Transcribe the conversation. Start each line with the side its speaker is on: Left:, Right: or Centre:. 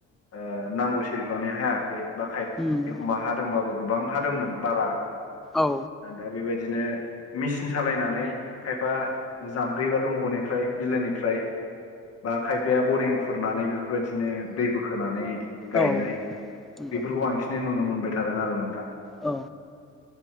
Left: ओ नांगौ बिबांनि हायाखै बा खाय
Centre: उम
Left: एखमबा हादोंबाबो गोबां हादोंमोन बारा।
Centre: औ।
Left: ओ दा बेबायदिनो। मेसिन सालायनानै खायफा जाम्फै बा दंग'निफ्राय बिलोनिफ्राय। बा खायफाया बरिं खुरनानै बेफोर बेफोरबायदिनो दै बोखोनानै गायनाय
Centre: औ नंगौ
Left: बेफोरखौ बांसिन नुनो मोनबाय थादों आरो नोंथां।
Centre: औ।